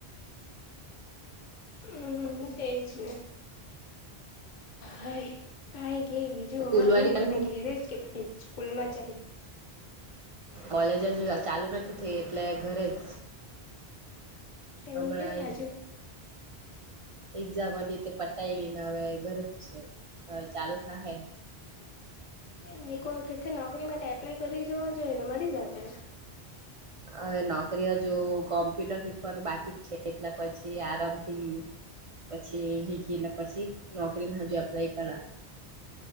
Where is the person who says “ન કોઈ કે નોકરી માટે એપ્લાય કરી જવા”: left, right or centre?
Left